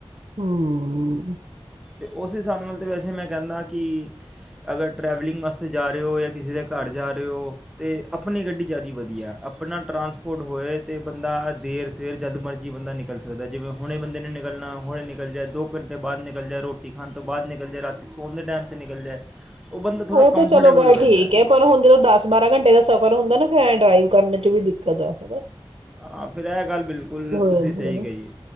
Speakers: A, on the right; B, in the centre.
A: ਹਮ
B: ਤੇ ਓਸ ਹਿਸਾਬ ਨਾਲ ਤਾਂ ਵੈਸੇ ਮੈਂ ਕਹਿੰਦਾ ਕਿ ਅਗਰ ਟਰੈਵਲਿੰਗ ਵਸਤੇ ਜਾ ਰਹੇ ਓ ਯਾਂ ਕਿਸੀ ਦੇ ਘਰ ਜਾ ਰਹੇ ਓ ਤੇ ਆਪਣੀ ਗੱਡੀ ਜਿਆਦੀ ਵਧੀਆ ਏ, ਅਪਣਾ ਟਰਾਂਸਪੋਰਟ ਹੋਏ ਅਤੇ ਬੰਦਾ ਦੇਰ ਸਵੇਰ ਜਦ ਮਰਜੀ ਬੰਦਾ ਨਿਕਲ ਸਕਦਾ ਜਿਵੇਂ ਹੁਣੇ ਬੰਦੇ ਨੇ ਨਿਕਲਣਾ ਹੁਣੇ ਨਿਕਲ ਜਾਏ ਦੋ ਘੰਟੇ ਬਾਅਦ ਨਿਕ ਨਿਕਲ ਜਾਏ ਰੋਟੀ ਖਾਣ ਤੋਂ ਬਾਅਦ ਨਿਕਲ ਜਾਏ, ਰਾਤੀਂ ਸੋਣ ਦੇ ਟਾਈਮਤੇ ਨਿਕਲ ਜਾਏ ਉਹ ਬੰਦਾ ਥੋੜਾ
A: ਓਹ
B: ਕੰਫਰਟੇਬਲ
A: ਤਾਂ ਚਲੋ ਗੱਲ
B: ਹੋ ਜਾਂਦਾ
A: ਠੀਕ ਹੈ ਪਰ ਹੁਣ ਜਦੋਂ ਦਸ ਬਾਰਾਂ ਘੰਟੇ ਦਾ ਸਫ਼ਰ ਹੁੰਦਾ ਨਾ ਫੇਰ ਏ ਡਰਾਈਵ ਕਰਨ ਚ ਵੀ ਦਿੱਕਤ ਆ ਪਤਾ
B: ਹਾਂ ਫਿਰ ਇਹ ਗੱਲ ਬਿਲਕੁਲ ਤੁਸੀਂ
A: ਜਾਂਦੀ
B: ਸਹੀ
A: ਹੈ ਨਾ
B: ਕਹੀ